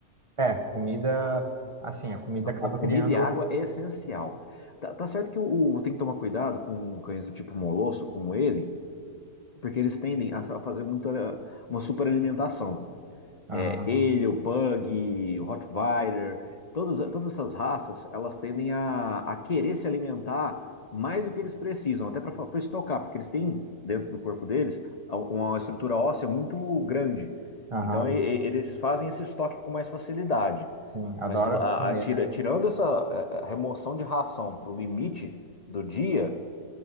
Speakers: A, on the right; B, on the left.
A: É, comida, assim, a comida
B: Então,
A: acaba
B: comida
A: criando.
B: e água é essencial. Tá, tá certo que o, o- tem que tomar cuidado com cães do tipo molosso, como ele, porque eles tendem a, fazer muita, uma superalimentação.
A: Aham,
B: É, ele, o Pug, o Rottweiler, todas, todas essas raças, elas tendem a, a querer se alimentar mais do que eles precisam, até para estocar, porque eles têm dentro do corpo deles a- uma estrutura óssea muito grande.
A: aham.
B: Então, e- e- eles fazem esse estoque com mais facilidade.
A: Sim, adora
B: Mas se- a-
A: comer,
B: a- tira-
A: né?
B: tirando essa a- a remoção de ração para o limite do dia,